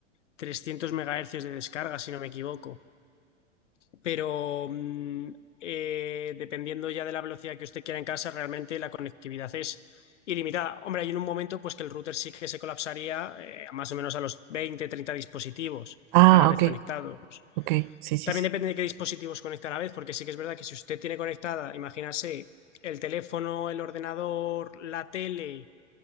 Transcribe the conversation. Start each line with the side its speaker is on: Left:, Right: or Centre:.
Left: trescientos megahercios de descarga, si no me equivoco. pero mm, eh, dependiendo ya de la velocidad que usted quiera en casa, realmente la conectividad es ilimitada. Hombre, hay en un momento pues que el router sí que se colapsaría eh, más o menos a los 20, 30 dispositivos
Right: Ah,
Left: a la vez
Right: ok,
Left: conectados.
Right: ok, sí, sí,
Left: También
Right: sí,
Left: depende de qué dispositivos conecta a la vez, porque sí que es verdad que si usted tiene conectada, imagínase, el teléfono, el ordenador, la tele